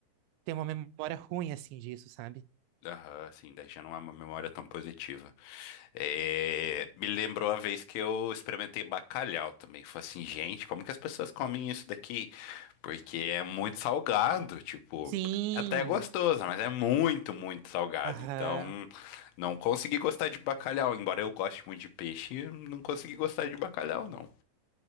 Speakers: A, on the right; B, on the left.
A: Tem uma memória ruim, assim, disso, sabe?
B: Aham, sim, daí já não é uma memória tão positiva. É, me lembrou a vez que eu experimentei bacalhau também. Falei assim, gente, como que as pessoas comem isso daqui? Porque é muito salgado, tipo,
A: Sim!
B: até é gostoso, mas é muito, muito salgado.
A: Aham.
B: Então, não consegui gostar de bacalhau. Embora eu goste muito de peixe, não consegui gostar de bacalhau, não.